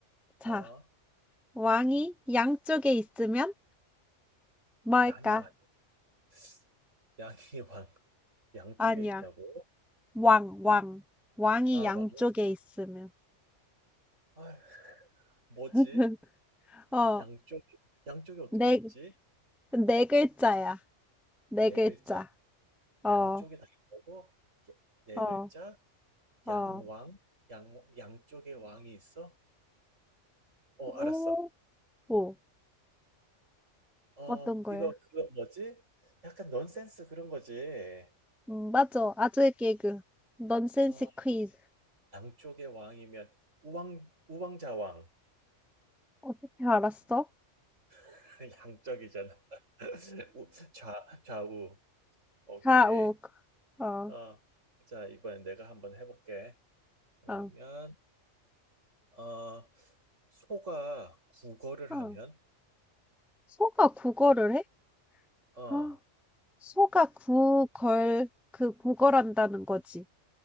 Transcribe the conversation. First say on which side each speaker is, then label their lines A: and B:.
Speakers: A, in the centre; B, on the right.
A: 자,
B: 어,
A: 왕이 양쪽에 있으면 뭘까?
B: 양이 왕, <laughs> 양이 왕, 양쪽에
A: 아니야.
B: 있다고?
A: 왕, 왕. 왕이
B: 아,
A: 양쪽에
B: 왕,
A: 있으면.
B: 아, 뭐지?
A: <laughs> 어,
B: 양쪽에, 양쪽에 어떻게
A: 네,
B: 있지?
A: 네 글자야. 네
B: 네
A: 글자.
B: 글자?
A: 어,
B: 양쪽에 다 있다고? 야- 네
A: 어,
B: 글자? 양왕?
A: 어.
B: 양, 양쪽에 왕이 있어? 어,
A: 오,
B: 알았어.
A: 오.
B: 어
A: 어떤 거야?
B: 이거 그거 뭐지? 약간 넌센스 그런 거지.
A: 음, 맞아. 아재 개그. 넌센스
B: 어
A: 퀴즈.
B: 양쪽의 왕이면 우왕 우왕좌왕
A: 어떻게 알았어?
B: <laughs> 양쪽이잖아. <laughs> 우 좌 좌우. 오케이.
A: 자, 오, 아,
B: 어. 자, 이번엔 내가 한번 해볼게. 그러면
A: 아,
B: 어 소가 국어를
A: 아.
B: 하면
A: 소가 국어를 해?
B: 어
A: 아, 소가 구걸, 그 구걸한다는 거지.